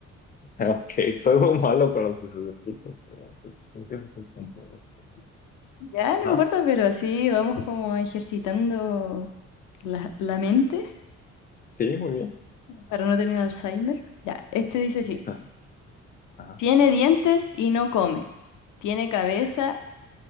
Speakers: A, on the left; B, on the left.
A: Ok, soy muy malo con los sustantivos. pero, pues, creo que ese es el punto de los sustantivos.
B: Ya, no
A: Ajá.
B: importa, pero así vamos como ejercitando la, la mente.
A: Sí, muy bien.
B: para no tener Alzheimer. Ya, este dice así,
A: <laughs> Ajá.
B: tiene dientes y no come, tiene cabeza